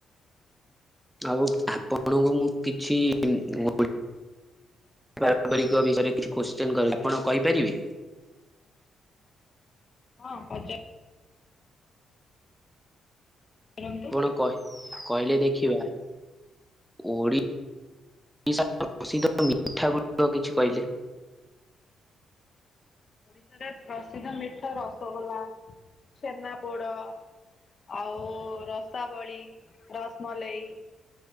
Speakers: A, in the centre; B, on the left.
A: ଆଉ ଆପଣଙ୍କୁ ମୁଁ କିଛି <unintelligible> ପାରମ୍ପରିକ ବିଷୟରେ କିଛି କୋଶ୍ଚିନ କରିବି ଆପଣ କହିପାରିବେ?
B: ହଁ ପଚାର ପଚାରନ୍ତୁ
A: ଆପଣ କହ କହିଲେ ଦେଖିବା ଓଡ଼ିଶା ପ୍ରସିଦ୍ଧ ମିଠା ଗୁଡିକ କିଛି କହିଲେ?
B: ଓଡ଼ିଶାରେ ପ୍ରସିଦ୍ଧ ମିଠା ରସଗୋଲା ଛେନାପୋଡ଼। ଆଉ ରସାବଳି ରସମଲେଇ